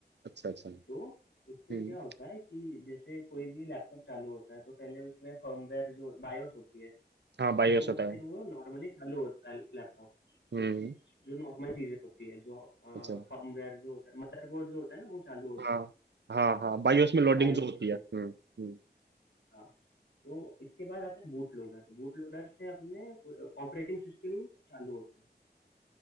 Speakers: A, on the right; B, on the left.
A: अच्छा अच्छा
B: तो उससे
A: हम्म
B: क्या होता है कि जैसे कोई भी लैपटॉप चालू होता है तो पहले उसमें फर्मवेयर जो बायोस होती है
A: हाँ बायोस
B: तो
A: होता
B: उससे
A: है
B: वो नॉर्मली चालू होता है लैपटॉप
A: हम्म
B: उसके जो नॉर्मल चीज़ें होती है जो फर्मवेयर
A: अच्छा
B: जो होता है मदरबोर्ड जो होता है ना वो चालू होता
A: हाँ हाँ हाँ बायोस
B: है
A: में लोडिंग
B: बायोस
A: जो होती
B: वगैरह
A: है हम्म हम्म
B: हाँ तो इसके बाद आता है बूट लोडर बूट लोडर से अपने ऑपरेटिंग सिस्टम चालू होता है